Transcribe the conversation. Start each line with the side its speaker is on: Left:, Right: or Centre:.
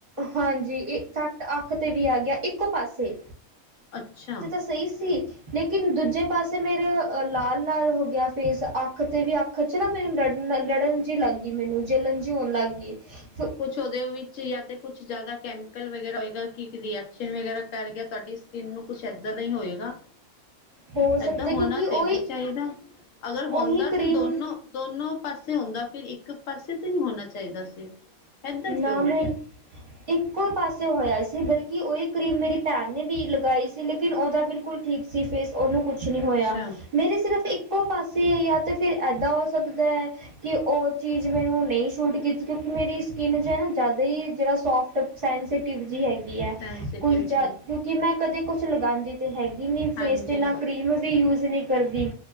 Right: ਹਾਂਜੀ, ਇਫੈਕਟ ਅੱਖ ਤੇ ਵੀ ਆ ਗਿਆ, ਇੱਕੋ ਪਾਸੇ।
Left: ਅੱਛਾ।
Right: ਸਈ ਸੀ ਲੇਕਿਨ ਦੂਜੇ ਪਾਸੇ ਮੇਰੇ ਲਾਲ ਲਾਲ ਹੋ ਗਿਆ ਫੇਸ। ਅੱਖ ਤੇ ਵੀ ਅੱਖ ਚ ਨਾ ਮੈਨੂੰ ਲੜ ਲੜਨ ਜੀ ਲੱਗ ਗੀ ਮੈਨੂੰ, ਜਲਣ ਜਿ ਹੋਣ ਲੱਗ ਗੀ, ਫਿਰ
Left: ਉਦੇ ਵਿੱਚ ਯਾ ਤੇ ਕੁਛ ਜ਼ਿਆਦਾ ਕੈਮੀਕਲ ਵਗੈਰਾ ਹੋਏਗਾ, ਕਿ ਰੀਐਕਸ਼ਨ ਵਗੈਰਾ ਕਰ ਗਿਆ ਤਾਡੀ ਸ ਕੀਨ ਨੂੰ ਕੁਛ ਏਦਾਂ ਦਾ ਈ ਹੋਏਗਾ
Right: ਹੋ
Left: ਏਦਾਂ
Right: ਸਕਦਾ
Left: ਹੋਣਾ
Right: ਕਿਉਂਕਿ ਉਹੀ
Left: ਤੇ ਨੀ ਚਾਈਦਾ। ਅਗਰ ਹੋਂਦਾ
Right: ਉਹੀ ਕਰੀਮ
Left: ਤੇ ਦੋਨੋ ਦੋਨੋ ਪਾਸੇ ਹੁੰਦਾ ਫਿਰ ਇੱਕ ਪਾਸੇ ਤੇ ਨੀ ਹੋਨਾ ਚਾਈਦਾ ਸੀ। ਏਦਾਂ
Right: ਨਾ
Left: ਕਿਉਂ ਹੋ
Right: ਮੈਮ,
Left: ਗਿਆ
Right: ਇੱਕੋ ਪਾਸੇ ਹੋਇਆ ਸੀ ਬਲਕਿ ਓਈ ਕਰੀਮ ਮੇਰੀ ਭੈਣ ਨੇ ਵੀ ਲਗਾਈ ਸੀ ਲੇਕਿਨ ਓਦਾ ਬਿਲਕੁਲ ਠੀਕ ਸੀ ਫੇਸ ਓਨੂੰ ਕੁਛ ਨੀ
Left: ਅੱਛਾ
Right: ਹੋਇਆ। ਮੇਰੀ ਸਿਰਫ਼ ਇੱਕੋ ਪਾਸੇ ਯਾ ਤੇ ਫਿਰ ਏਦਾਂ ਹੋ ਸਕਦਾ ਐ। ਕਿ ਓ ਚੀਜ਼ ਮੈਨੂੰ ਨਈ ਸੁਟ ਕੀਤੀ ਕਿਉਂਕਿ ਮੇਰੀ ਸ ਕਿਨ ਜੇ ਨਾ ਜ਼ਿਆਦਾ ਈ ਜੇੜਾ ਸੋਫਟ ਸੈਂਸੀਟਿਵ ਜਿ ਹੈਗੀ ਐ
Left: ਸੈਂਸਟੀਵਿਟੀ
Right: ਕੁਝ ਜਿ ਕਿ ਮੈਂ ਕਦੇ ਕੁਛ ਲਗਾਂਦੀ ਤੇ ਹੈਗੀ ਨੀ ਫੇਸ
Left: ਹਾਂਜੀ
Right: ਤੇ ਨਾ ਕਰੀਮ ਵੀ ਯੂਜ਼ ਨੀ ਕਰਦੀ।